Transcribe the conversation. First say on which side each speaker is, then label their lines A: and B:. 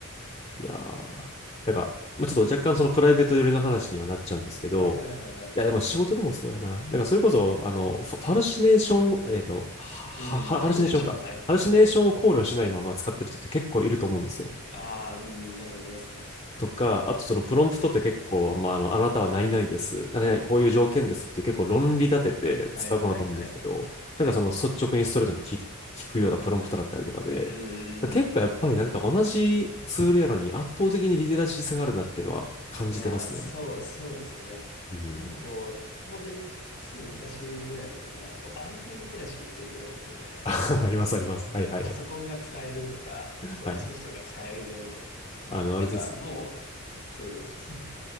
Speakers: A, on the left; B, on the left.
A: いやーなんか、まあ、ちょっと若干そのプライベート寄りの話にはなっちゃうんですけど、
B: はいはいはいはい。
A: いや、でも仕事でもそうやな。なんかそれこそ、あの、ファファルシネーション、えっと、ははハルシネーションか。
B: うん、ハルシネーション。はいはいはい。
A: ハルシネーションを考慮しないまま使ってる人って結構いると思うんですよ。
B: ああ、うん、だと思いますね。
A: とか、あとそのプロンプトって結構、まあ、あの、あなたは何々です、何々、こういう条件ですっていう結構論理立てて使うものだと思うんですけど、
B: はいはいはいはい。
A: だからその率直にストレートに聞聞くようなプロンプトだったりとかで、
B: はい。うんうんうんうん
A: 結構やっぱりなんか同じツールやのに圧倒的にリテラシー差があるなっていうのは感じてますね。
B: いやー、そう、そうですよね。
A: うん。
B: なんかこう、本当につい昔ぐらいまでは、こう IT リテラシーってよく言われとったじゃないですか。
A: <laughs> ありますあります。
B: あの、
A: はいはい。
B: パソコンが使えるとか、そういうソフトが使えるぜみたいな。
A: はい。あの、
B: なんかもう、
A: あれですよ。
B: そうそうそう、